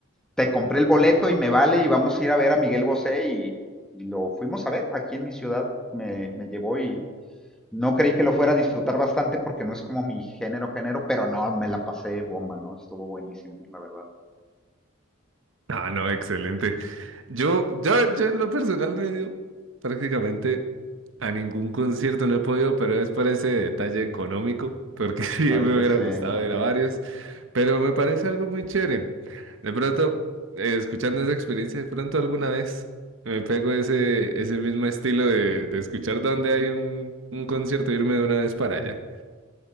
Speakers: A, in the centre; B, on the right (about 60°).
A: Te compré el boleto y me vale y vamos a ir a ver a Miguel Bosé y, y lo fuimos a ver aquí en mi ciudad. Me, me llevó y no creí que lo fuera a disfrutar bastante porque no es como mi género, género, pero no, me la pasé bomba, ¿no? Estuvo buenísimo, la verdad.
B: Ah, no, excelente. Yo, yo, yo en lo personal no he ido prácticamente a ningún concierto, no he podido, pero es por ese detalle económico, porque <laughs> sí
A: Ay,
B: me
A: ya
B: hubiera
A: sé,
B: gustado
A: ajá.
B: ir a varios, pero me parece algo muy chévere. De pronto, eh, escuchando esa experiencia, de pronto alguna vez me pego ese, ese mismo estilo de, de escuchar donde hay un, un concierto, e irme de una vez para allá.